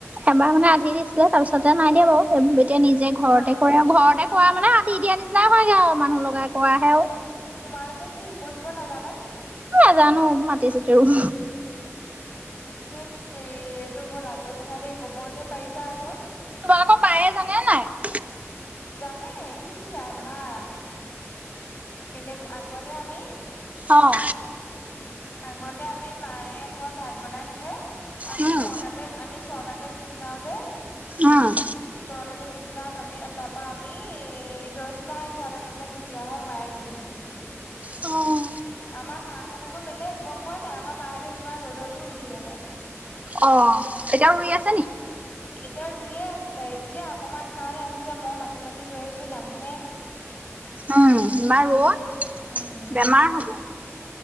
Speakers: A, on the right; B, on the left.
A: এবাৰ মানে আধি দিছিলে তাৰ পিছতে নাই দিয়া বাৰু এতিয়া নিজে ঘৰতে
B: তোমা
A: কৰে। ঘৰতে কৰা মানে আধি দিয়া নিচিনাই হয়গে আৰু মানুহ লগাই কৰাহেও।
B: তোমালোকে কি ৰুব চুব নাজানা নি?
A: নাজানো মাতি ছাতি ৰুম।
B: থেত তেৰি এইটো বৰ লাজৰ কথা দেই ক'ব যে পাৰিছা আকৌ।
A: তোমালোকৰ বায়ে জানে নাই?
B: জানে, ই আমা কেনে আগতে আমি-
A: অঁ
B: আগতে আমি মায়ে ধৰ ভাত বনাই থাকে আমি
A: উম
B: ছটাতে আমি ছটা। তে গুচি যাওঁ যে।
A: উম
B: ছটাতে গুচি যাওঁ আমি তাৰ পৰা আমি এ দহটা এঘাৰটা মানলে গুচ - চি আহোঁ মায়ে ৰুই থাকে।
A: অঁ
B: আমাৰ মাহঁত আকৌ বেলেগ গম পোৱা নাই আমাৰ মাহঁতে যিমান ৰ'দতো ৰুই থাকিব পাৰে।
A: অঁ এতিয়াও ৰুই আছে নি।
B: এতিয়া ৰুইয়ে আছিলে, এতিয়া অকমান কাৰণে আহিছে মই মাতি মাতি লৈ আহিছো নাহে।
A: উম ইমান ৰদ,
B: উম।
A: বেমাৰ হ'ব।